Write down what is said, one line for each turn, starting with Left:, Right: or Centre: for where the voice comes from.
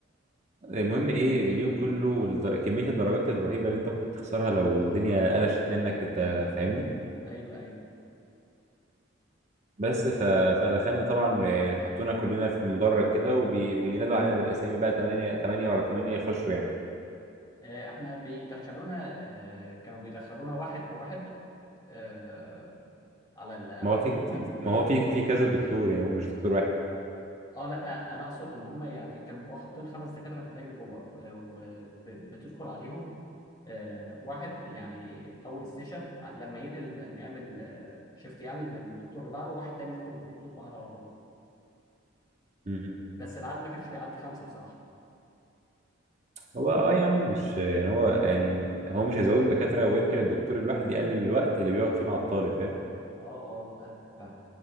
Right: فالمهم ايه اليوم كله والد- كميه الدرجات الرهيبه اللي انت ممكن تخسرها لو الدنيا قلشت منك انت فاهمني
Left: ايوه ايوه
Right: بس ف... فدخلنا طبعا يعني حطونا كلنا في مدرج كده وبينادوا علينا بالاسامي بقى 8 8 ورا 8 يخشوا يعني
Left: آه، احنا بيدخلونا آه، كانوا بيدخلونا واحد بواحد آه، على ال- على
Right: ما هو في
Left: اللجنه
Right: في- في- ما هو في في كذا دكتور يعني هو مش دكتور واحد
Left: اه لا انا اقصد ان هم يعني كانوا بيبقوا حاطين خمس دكاتره في اللجنه جوه وبتدخل عليهم آه، واحد يعني اول ستيشن لما ينقل لما يعمل شيفت يعني للدكتور اللي بعده واحد تاني يدخل للدكتور بعده على طول
Right: مهم.
Left: بس العدد ما كانش بيعدي خمسه بصراحه
Right: هو اه يا عم مش يعني هو يعني هو مش هيزودوا الدكاترة ويمكن الدكتور الواحد يقلل الوقت اللي بيقعد فيه مع الطالب فاهم
Left: اه اه فاهم فاهم